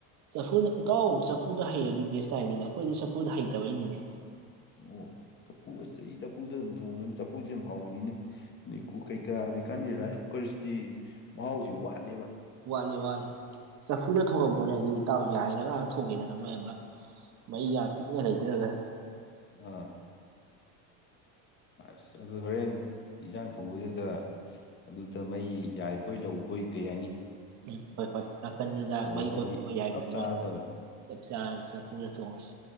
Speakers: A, on the right; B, on the left.
A: ꯆꯐꯨꯗ ꯏꯇꯥꯎ ꯆꯐꯨꯗ ꯍꯩꯔꯗꯤ ꯕꯦꯁ ꯇꯥꯏꯃꯤꯅꯦ ꯑꯩꯈꯣꯏꯗꯤ ꯆꯐꯨꯗ ꯍꯩꯇꯕꯩꯅꯤꯅꯦ
B: ꯑꯣ ꯆꯐꯨ ꯑꯁꯤꯁ ꯑꯩ ꯆꯐꯨꯗ ꯑꯗꯨꯝ ꯊꯣꯡꯕꯅꯤ ꯆꯐꯨꯁ ꯌꯥꯝ ꯍꯥꯎꯕꯅꯤꯅꯦ ꯅꯣꯏ ꯀꯨꯀꯩ ꯀꯥ ꯍꯧꯖꯤꯛꯀꯥꯟꯒꯤ ꯔꯥꯏꯁ ꯀꯨꯀꯔꯁꯤꯗꯤ ꯃꯍꯥꯎꯁꯤ ꯋꯥꯠꯂꯦꯕ
A: ꯋꯥꯠꯂꯦ ꯋꯥꯠꯂꯦ ꯆꯐꯨꯗ ꯊꯣꯡꯉꯝꯃꯣꯅꯦ ꯑꯗꯨꯗꯤ ꯇꯥꯎ ꯌꯥꯏꯔꯒꯥꯅ ꯊꯣꯡꯉꯦꯗꯅ ꯃꯣꯏ ꯑꯃ ꯃꯩ ꯌꯥꯝ ꯄꯤꯛꯅ ꯂꯩꯗꯔꯒ
B: ꯑꯥ ꯑꯁ ꯑꯗꯨ ꯍꯣꯔꯦꯟ ꯏꯟꯁꯥꯡ ꯊꯣꯡꯕꯗꯨꯗ ꯑꯗꯨꯗ ꯃꯩ ꯌꯥꯏꯕꯣꯏ ꯂꯧꯕꯣꯏ ꯀꯩꯍꯥꯏꯅꯤ
A: ꯎꯝ ꯍꯣꯏ ꯍꯣꯏ ꯅꯥꯀꯟꯗꯨꯗ
B: ꯇꯧꯔꯒꯗꯤ
A: ꯃꯩ ꯀꯣꯠꯊꯣꯛ ꯌꯥꯏꯕꯗꯣ
B: ꯆꯞ ꯆꯥꯔꯗꯕꯅꯤ
A: ꯃꯣꯏ ꯆꯞꯆꯔꯅꯤ ꯆꯐꯨꯗ ꯊꯣꯡꯉꯁꯤ